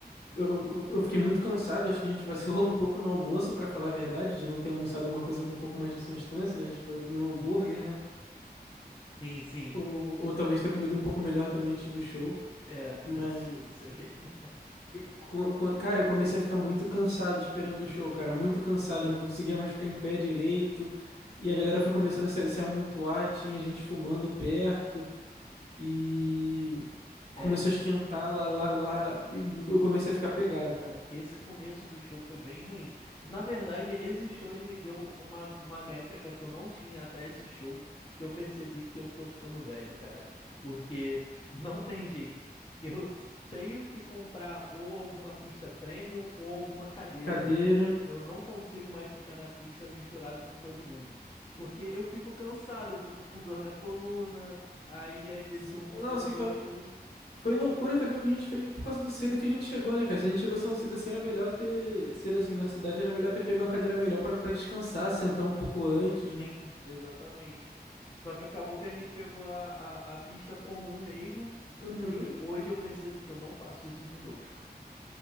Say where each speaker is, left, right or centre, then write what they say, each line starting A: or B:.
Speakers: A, on the left; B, on the left.
A: eu eu fiquei muito cansado, acho que a gente vacilou <laughs> um pouco no almoço, pra falar a verdade, de não ter almoçado uma coisa com um pouco mais de substância, né? A gente foi comer um hambúrguer, né?
B: Sim, sim.
A: Ou, ou talvez ter comido um pouco melhor também antes do show.
B: É,
A: Mas.
B: isso, isso é <laughs> verdade.
A: E co- co- Cara, eu comecei a ficar muito cansado esperando o show, cara. Muito cansado, eu não conseguia mais ficar em pé direito. E a galera foi começando a se, se amontoar, tinha gente fumando perto. E
B: É.
A: começou a esquentar lá, lá, lá. E eu comecei a ficar pegado, cara.
B: Esse começo do show foi bem ruim. E na verdade, esse show ele me deu uma, uma métrica que eu não tinha até esse show, que eu percebi que eu tô ficando velho, cara. Porque <laughs> não tem jeito. Eu s- tenho que comprar ou alguma pista premium ou alguma cadeira.
A: Cadeira.
B: Eu, eu não consigo mais ficar na pista misturado com todo mundo. Porque eu fico cansado, eu fico com dor na coluna, aí às vezes
A: Sim,
B: não consigo
A: não, assim,
B: ver
A: foi,
B: o show.
A: foi loucura também que a gente fez por causa do cedo que a gente chegou, né, cara? Se a gente chegou tão cedo assim, era melhor ter. Cedo assim, na cidade, era melhor ter pego uma cadeira melhor pra, pra descansar, sentar um pouco antes, né?
B: Sim, exatamente. Só que acabou que a gente pegou a, a, a pista comum mesmo.
A: Uhum.
B: E hoje eu percebo que eu não faço isso de novo. <laughs>